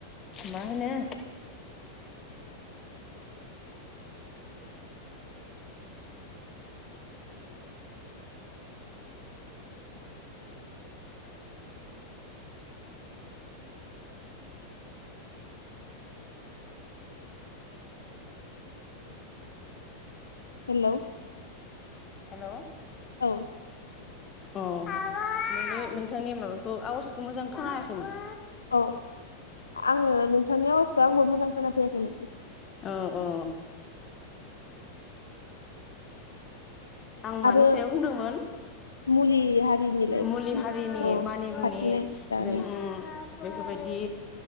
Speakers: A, on the left (about 25°); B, on the left (about 80°).
A: मा होनो
B: हेलौ
A: हेलौ
B: औ
A: अ नोंनि नोंथांनि माबाखौ आवाजखौ मोजां खोनायाखैमोन
B: औ आंङो नोंथांनि आवाजखौ आंबो मोजां खोना फैयाखै <inaudible>
A: औ औ आं मानि
B: आरो
A: सायाव बुंदोंमोन
B: मुलि हारिनिलाय
A: मुलि हारिनि
B: औ
A: मानि मुनि
B: खाथिनाय जानाय
A: जों बेफोरबायदि